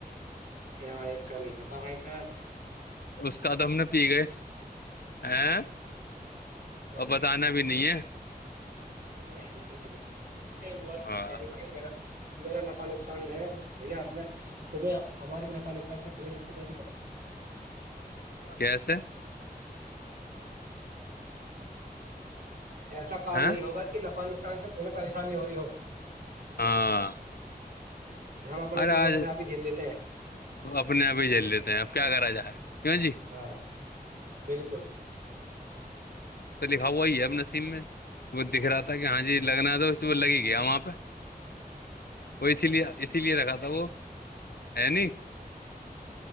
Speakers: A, on the right; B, on the left.
A: یہاں ایک کا نہیں پتا بھائی ساحب
B: اس کا تو ہم نے پی گئے آاں
A: میں-
B: اور بتانا بھی نہیں ہے
A: نہیں یہ کیسی ب نہیں گلط
B: ہاں
A: کرتا ہے نہیں بھائی میرا میرا نفا نصان س ہے بھیا آنا تمہیں ہمارے نفع نقصان سے تمہیں دقت ہو رہی ہے تو
B: کیسے
A: ایسا کام
B: ہاں
A: نہیں ہوگا کہ نفع نفع سے تمہیں پریشانی ہو رہی ہو
B: ہاں
A: ہم اپنے
B: ارے
A: دکھ
B: آج
A: اپنے آپ ہی جھیل لیتے ہیں
B: وہ اپنے آپ ہی جل لیتے ہیں آپ کیا کرا جائے کیوں جی
A: ہاں بالکل
B: تو لکھا ہوا ہی ہے اب نسیم میں وہ دکھ رہا تھا کہ ہاں جی لگنا تو وہ لگ ہی گیا وہاں پہ وہ اسی لیے اسی لیے رکھا تھا وہ ہے ن